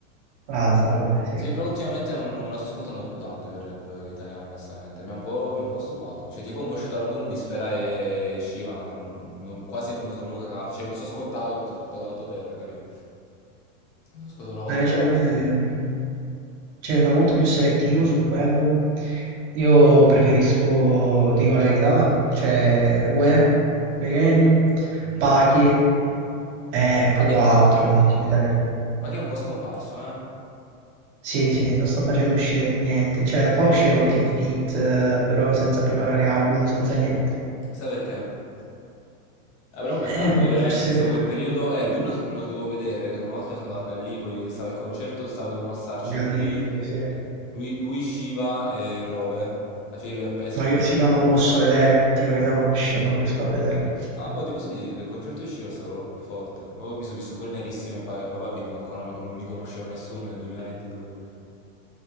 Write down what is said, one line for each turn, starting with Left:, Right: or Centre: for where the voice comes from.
Right: Lazza, vabbè, sì.
Left: Sì, però ultimamente non, non me la sto ascoltando più tanto il rap italiano, onestamente. Mi ha un po', mi ha un po' stufato. Cioè, tipo, mo' è uscito l'album di Sfera e Shiva, non- non- quasi non me lo sono proprio cagato. Cioè, me lo so ascoltato, me lo so ascoltato tanto per, capì? Me lo so ascoltato una volta
Right: Ma invece
Left: e basta.
Right: a me, ehm, cioè, sono molto più selettivo su quello. Io preferisco, ti dico la verità, cioè UE, Pechegno,
Left: Mhm.
Right: Pachi e poco
Left: Pachino
Right: altro
Left: è, un-
Right: in italiano.
Left: Pachino è un po' scomparso, eh?
Right: Sì, sì, non sto facendo uscire niente, cioè fa uscire qualche feat, eh, però senza preparare album, senza niente.
Left: Sai perché? Eh, però è un peccato,
Right: Eh, boh,
Left: lui veramente,
Right: forse
Left: è stato quel periodo... Eh, lui me lo, me lo dovevo vedere, che una volta sono andato a Gallipoli, stava il concerto, stava, dovevano starci
Right: magari
Left: lui,
Right: io credo di sì.
Left: lui, lui, Shiva e Rove. Alla fine lui appese
Right: No,
Left: e mi...
Right: io
Left: invitò.
Right: il film non lo posso vedere, ti dico che dopo uscire non riesco
Left: Mamma
Right: a vederlo.
Left: mia. Ah, boh, ti posso dire, il concerto di Shiva è stato proprio forte. Proprio mi sono visto pure nerissimo e pa- e papà vi quando ancora non, non li conosceva nessuno nel 2022.